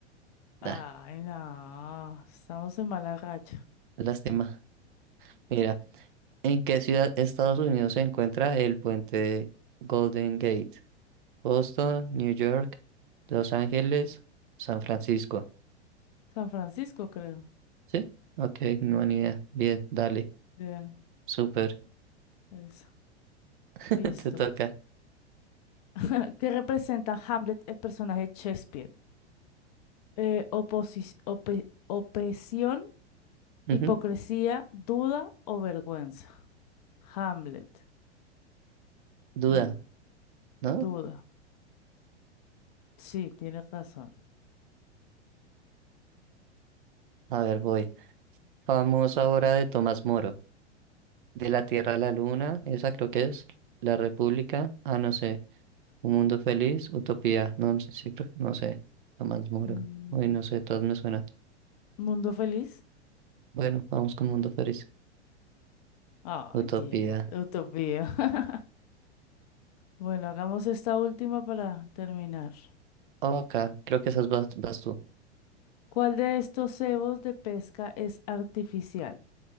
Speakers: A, on the right (about 50°); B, on the left (about 35°).
A: Da,
B: Ay, no, estamos en mala racha.
A: lástima. Mira, ¿en qué ciudad de Estados Unidos se encuentra el puente Golden Gate? Boston, New York, Los Ángeles, San Francisco.
B: San Francisco, creo.
A: ¿Sí? Ok, no, ni idea. Bien, dale.
B: Bien,
A: Súper.
B: eso.
A: <laughs>
B: Listo.
A: Te toca.
B: <laughs> ¿Qué representa Hamlet, el personaje de Shakespeare? eh, oposis- ope- opresión,
A: Ujú.
B: hipocresía, duda o vergüenza. Hamlet.
A: Duda,
B: Mm,
A: ¿no?
B: duda. Sí, tienes razón.
A: A ver, voy. Famosa obra de Tomás Moro. De la Tierra a la Luna, esa creo que es. La República. Ah, no sé. Un mundo feliz, utopía, no no sé, sí, creo- no sé, Tomás Moro.
B: Mm,
A: Uy, no sé, todas me suenan.
B: mundo feliz.
A: Bueno, vamos con mundo feliz,
B: Ay,
A: utopía.
B: Dios. Utopía. <laughs> Bueno, hagamos esta última para terminar.
A: Ok, creo que esas vas, vas tú.
B: ¿Cuál de estos cebos de pesca es artificial?